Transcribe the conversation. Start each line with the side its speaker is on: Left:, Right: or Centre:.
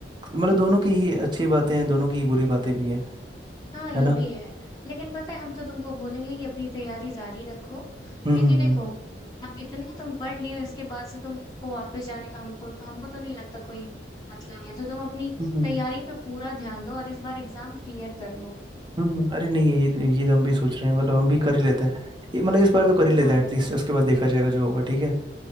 Right: मतलब दोनों की ही अच्छी बातें हैं दोनों की ही बुरी बातें भी हैं
Left: हाँ ये
Right: है ना
Left: भी है लेकिन पता है हम तो तुमको बोलेंगे कि अपनी तैयारी जारी रखो
Right: हम्म
Left: क्योंकि देखो
Right: हम्म
Left: अब इतना तुम पढ़ लिए हो, इसके बाद से तुमको वापस जाने का हमको तो हमको तो नहीं लगता कोई मतलब है तो तुम अपनी
Right: हम्म हम्म।
Left: तैयारी पे पूरा ध्यान दो और इस बार एग्जाम क्लियर कर लो
Right: हम्म, हम्म। अरे नहीं ये ये तो हम भी सोच रहे हैं मतलब हम भी कर ही लेते हैं ये मतलब इस बार तो कर ही
Left: हाँ
Right: लेते हैं एटलीस्ट उसके बाद देखा जाएगा जो होगा ठीक है